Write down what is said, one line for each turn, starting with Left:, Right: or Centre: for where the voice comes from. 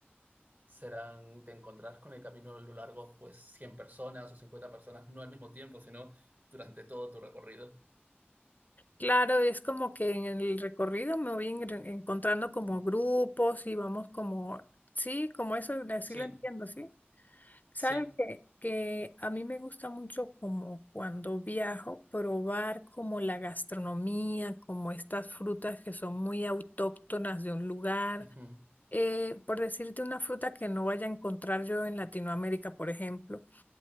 Right: serán, te encontrarás con el camino a lo largo, pues 100 personas o 50 personas, no al mismo tiempo, sino durante todo tu recorrido.
Left: Claro, es como que en el recorrido me voy en- encontrando como grupos y vamos como, sí, como eso, así
Right: Sí,
Left: lo entiendo, ¿sí? Sabes
Right: sí.
Left: que, que a mí me gusta mucho como cuando viajo probar como la gastronomía, como estas frutas que son muy autóctonas de un lugar.
Right: Ujú,
Left: Eh, por decirte una fruta que no vaya a encontrar yo en Latinoamérica, por ejemplo.